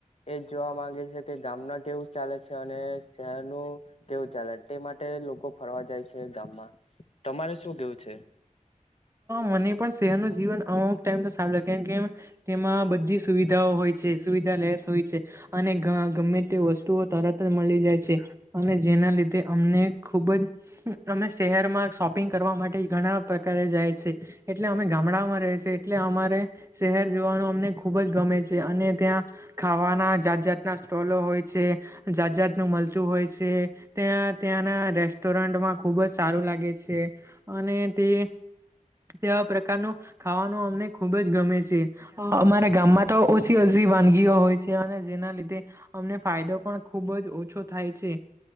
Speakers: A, on the left; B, on the right.
A: એ જ જોવા માંગે છે કે ગામના કેવું ચાલે છે અને શહેરનું કેવું ચાલે તે માટે લોકો ફરવા જાય છે ગામમાં તમારે શું
B: હ
A: કેવું છે?
B: મને પણ શેર ન જીવન આવ મ તો સાેમ કે તેમાં બધી સુવિધાઓ હોય છે સુવિધા લેસ હોય છે અને ગમે તે વસ્તુઓ તારા મળી જાય છે અને જેના લીધે અમને ખુબ જ અમે શહેરમાં શોપિંગ કરવા માટે ઘણા પ્રકારે જાય છે એટલે અમે ગામડામાં ર છે એટલે અમારે શહેર જોવાનું અમને ખુબ જ ગમે છે અને ત્યાં ખાવાના જાત જાતના સ્ટોલો હોય છે જાત જાતનું મળતું હોય છે ત્યાં ત્યાંના રેસ્ટોરન્ટમાં ખુબ જ સારું લાગે છે અને તે તેવા પ્રકારનું ખાવાનું અમને ખુબ જ ગમે છે અમારા ગામમાં તો ઓછી ઓછી વાનગીઓ હોય છે અને જેના લીધે અમને ફાયદો પણ ખુબ જ ઓછો થાય છે